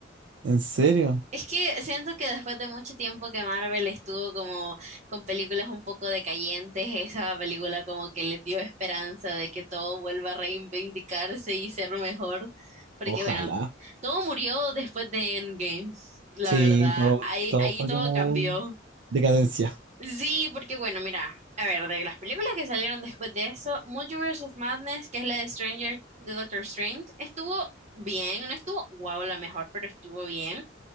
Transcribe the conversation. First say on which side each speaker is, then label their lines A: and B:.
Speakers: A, on the right; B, on the right.
A: ¿En serio?
B: Es que siento que después de mucho tiempo que Marvel estuvo como con películas un poco decayentes, esa película como que les dio esperanza de que todo vuelva a reivindicarse y ser mejor, porque
A: Ojalá.
B: bueno, todo murió después de Endgame, la
A: Sí,
B: verdad,
A: todo,
B: ahí,
A: todo
B: ahí
A: fue
B: todo
A: como
B: cambió.
A: decadencia,
B: Sí, porque bueno, mira, a ver, de las películas que salieron después de eso, Multiverse of Madness, que es la de Stranger, de Doctor Strange, estuvo bien, no estuvo wow la mejor, pero estuvo bien.